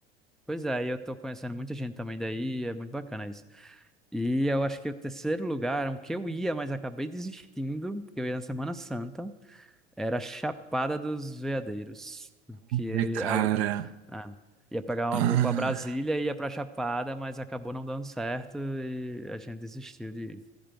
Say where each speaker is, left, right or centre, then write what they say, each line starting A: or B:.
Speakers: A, in the centre; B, on the right.
A: Pois é, e eu tô conhecendo muita gente também daí, é muito bacana isso. E eu acho que o terceiro lugar, era um que eu ia, mas acabei desistindo, porque eu ia na Semana Santa, era Chapada dos Veadeiros, que
B: Ai, cara.
A: a, ah, ia pegar
B: Ah.
A: uma voo para Brasília e ia para Chapada, mas acabou não dando certo e a gente desistiu de ir.